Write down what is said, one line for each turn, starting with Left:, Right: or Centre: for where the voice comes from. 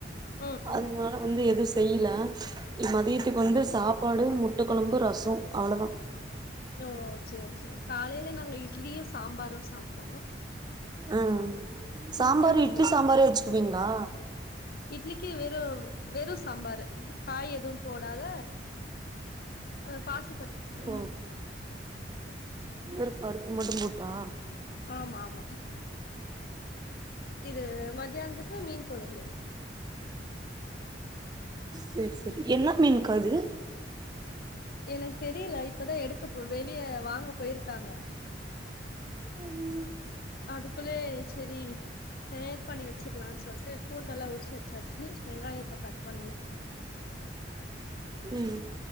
Left: ம் ம்
Right: அதனால வந்து எது செய்யில எ மதியத்துக்கு வந்து சாப்பாடு முட்டக்கொழம்பு ரச அவ்ளோதா
Left: ஓ சேரி சேரி காலைல நாங்க இட்லியு சாம்பாரும் சாப்ட்டோ
Right: ஆ சாம்பாரு
Left: மதியானத்துக்கு
Right: இட்லி சாம்பாரே வெச்சுக்குவீங்ளா
Left: இட்லிக்கு வெறு வெறு சாம்பாரு காய் எதுவு போடாத அ பாசிப்பருப்பு சாம்பாரு
Right: ஓ வெறு பருப்பு மட்டு போட்டா
Left: ஆமாம்மா இது மத்தியானத்துக்கு மீன் கொழம்பு
Right: சேரி சேரி
Left: ம்
Right: என்ன மீன்க்கா அது
Left: எனக்கு தெரியல இப்பதா எடுக்கப் போ வெளிய வாங்க போயிருக்காங்க
Right: உம்
Left: அதுக்குள்ளே சேரி சேர் பண்ணி வெச்சிர்லானு சொல்ட்டு பூண்டெல்லா உரிச்சு வெச்சாச்சு வெங்காயத்த கட் பண்ணணு
Right: ம்